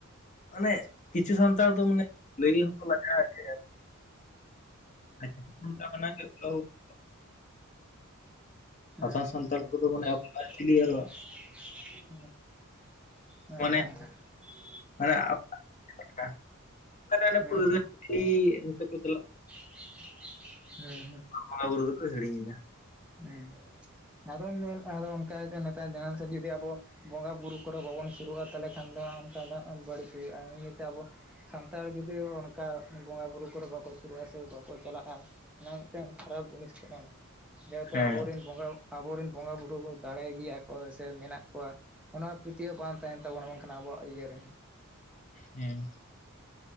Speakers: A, on the left; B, in the centre.
A: ᱚᱱᱮᱼᱼ ᱠᱤᱪᱷᱩ ᱥᱟᱱᱛᱟᱲ ᱫᱚ ᱢᱟᱱᱮ ᱞᱟᱹᱭ ᱦᱚᱸᱠᱚ ᱞᱟᱡᱟᱜᱼᱟ ᱡᱮ <unintelligible> <unintelligible>
B: ᱦᱮᱸ
A: ᱦᱟᱥᱟᱱ ᱥᱟᱱᱛᱟᱲ ᱠᱚᱫᱚ ᱢᱟᱱᱮ ᱟᱵᱚ ᱟᱨ ᱪᱤᱞᱤ ᱟᱨᱚ
B: <unintelligible> <unintelligible>
A: ᱢᱟᱱᱮ <unintelligible> <unintelligible> ᱯᱟᱹᱣᱨᱟᱹ
B: ᱦᱮᱸ
A: ᱛᱤᱠᱤ, ᱚᱱᱠᱟᱠᱚ ᱪᱟᱞᱟᱜ-ᱟ᱾
B: <unintelligible> ᱦᱮᱸ ᱦᱮᱸ᱾
A: ᱵᱚᱸᱜᱟ ᱵᱩᱨᱩ ᱫᱚᱠᱚ ᱦᱤᱲᱤᱧᱮᱫᱟ᱾
B: ᱦᱮᱸ ᱟᱫᱚ ᱟᱫᱚ ᱚᱱᱠᱟ ᱱᱮᱛᱟᱨ ᱡᱟᱦᱟ ᱥᱮᱫ ᱡᱩᱫᱤ ᱟᱵᱚᱼᱼ ᱵᱚᱸᱜᱟᱼ ᱵᱩᱨᱩ ᱠᱚᱨᱮᱜ ᱵᱟᱵᱚᱱ ᱥᱩᱨᱩᱜᱼᱟ ᱛᱟᱦᱚᱞᱮ ᱠᱷᱟᱱ ᱫᱚ ᱚᱱᱠᱟ ᱫᱚ ᱵᱟᱹᱲᱤᱡ ᱦᱩᱭᱩᱜᱼᱟ, ᱱᱤᱭᱟᱹᱛᱮ ᱟᱵᱚᱼᱼ ᱥᱟᱱᱛᱟᱲ ᱡᱩᱫᱤ ᱚᱱᱠᱟ ᱵᱚᱸᱜᱟ ᱵᱩᱨᱩ ᱠᱚᱨᱮ ᱵᱟᱠᱚ ᱥᱩᱨᱩᱜᱼᱟ, ᱥᱮ ᱵᱟᱠᱚ ᱪᱟᱞᱟᱜᱼᱟ᱾ ᱚᱱᱟ ᱢᱤᱫᱴᱟᱝ ᱠᱷᱟᱨᱟᱯ ᱡᱤᱱᱤᱥ ᱠᱟᱱᱟ ᱡᱮᱦᱮᱛᱩ
A: ᱦᱮᱸ
B: ᱟᱵᱚᱨᱮᱱ ᱵᱚᱸᱜᱟᱼᱼ ᱟᱵᱚ ᱨᱮᱱ ᱵᱚᱸᱜᱟ ᱵᱳᱲᱳ ᱠᱚ ᱫᱟᱲᱮ ᱜᱮᱭᱟ ᱠᱚ ᱥᱮ ᱢᱮᱱᱟᱜ ᱠᱚᱣᱟ᱾ ᱚᱱᱟ ᱯᱟᱹᱛᱭᱟᱹᱣ ᱵᱟᱝ ᱛᱟᱦᱮᱸᱱ ᱛᱟᱵᱚᱱᱟ ᱵᱟᱝᱠᱷᱟᱱ ᱟᱵᱚᱣᱟᱜ ᱤᱭᱟᱹᱨᱮ᱾
A: ᱦᱮᱸ᱾